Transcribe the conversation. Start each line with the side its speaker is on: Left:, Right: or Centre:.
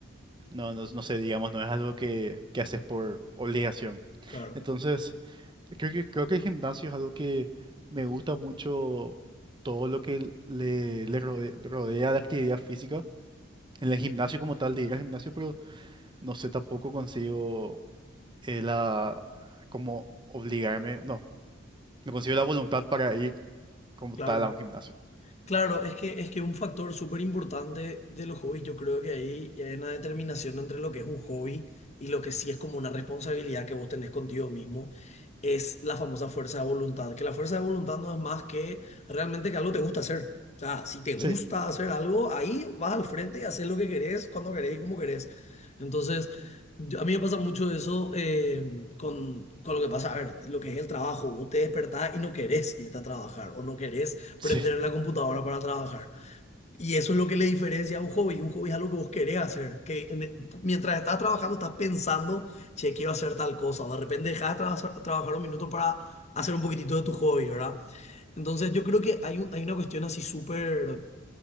Right: no, no, no sé, digamos, no es algo que, que haces por obligación.
Left: Claro,
Right: Entonces, creo que, creo que el gimnasio es algo que me gusta mucho todo lo que le, le rode- rodea, la actividad física. En el gimnasio como tal, de ir al gimnasio, pero no sé, tampoco consigo eh, la, como obligarme, no, no consigo la voluntad para ir como
Left: claro.
Right: tal a un gimnasio.
Left: Claro, es que, es que un factor súper importante de los hobbies, yo creo que ahí ya hay una determinación entre lo que es un hobby y lo que sí es como una responsabilidad que vos tenés contigo mismo, es la famosa fuerza de voluntad, que la fuerza de voluntad no es más que realmente que algo te gusta hacer. O sea, si te gusta
Right: Sí.
Left: hacer algo, ahí vas al frente y haces lo que querés, cuando querés y como querés. Entonces, yo- a mí me pasa mucho eso eh, con, con lo que pasa, a ver, lo que es el trabajo, vos te despertás y no querés irte a trabajar o no querés
Right: Sí.
Left: prender la computadora para trabajar. Y eso es lo que le diferencia a un hobby. Un hobby es algo que vos querés hacer, que en- e, mientras estás trabajando estás pensando, che, quiero hacer tal cosa. De repente dejas de tra- trabajar un minuto para hacer un poquitito de tu hobby, ¿verdad? Entonces yo creo que hay, un- hay una cuestión así súper,